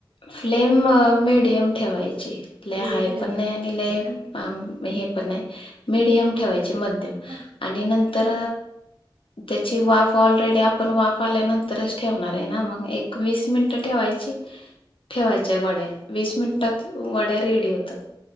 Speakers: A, on the left; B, on the right.
A: फ्लेम मीडियम ठेवायची, लय
B: मीडियम
A: हाय
B: फ्लेम
A: पण
B: मध्ये
A: नाही आणि
B: करायचंय
A: लयऽ
B: का
A: हे पण नाही, मिडियम ठेवायची मध्यम,
B: मग
A: आणि नंतर त्याची वाफ ऑलरेडी आपण वाफ आल्यानंतरच ठेवणार हे ना मग एक वीस मिनिटं ठेवायची ठेवायच्या वड्या, वीस मिनिटात वड्या रेडी होतात.